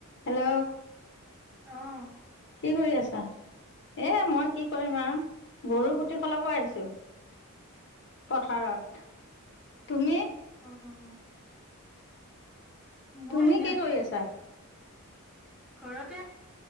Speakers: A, on the left; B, in the centre.
A: Hello.
B: অ'।
A: কি কৰি আছা, এয়া মই কি কৰিম আৰু গৰু সুটি সলাব আহিছো। পথাৰত, তুমি?
B: অ', অ', অ'। মই
A: তুমি
B: এনে
A: কি
B: আছো
A: কৰি আছা।
B: ঘৰতে